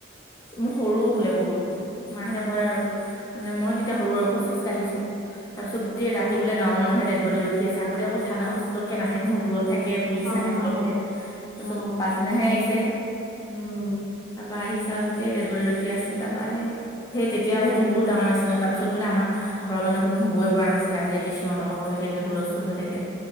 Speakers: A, on the left; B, on the left.
A: মই সৰু বোলে বহুত মাহতে কয়
B: উম
A: আৰু। মানে মই তেতিয়া সৰু আৰু খোজ চোজ কাঢ়িছো, তাৰ পিছ গোটেই ৰাতি
B: উম
A: বোলে গাঁৱৰ মানুহে ডেদ বডি ৰখি আছে, আগতে আকৌ থানাবোৰ পতককে নাহে নহয় দূৰত থাকে, পুলিচ
B: হা
A: নাহে
B: হা
A: পতককে তাৰপিছত
B: অ
A: পা নাহে আহিছে।
B: উম।
A: তাপা আহিছে আৰু গোটেই ডেদবডি ৰখি আছে তাপা সেই সেই তেতিয়া সেইটো বহুত ডাঙৰ এক্সিডেণ্ট, তাৰপিছত বোলে আমাৰ ঘৰৰ মানুহ কোনো শুবই পৰা নাছিল, ৰাতি ৰাতি চিঞৰ বাখৰ কৰি থাকে, হুলস্থুল হৈ থাকে,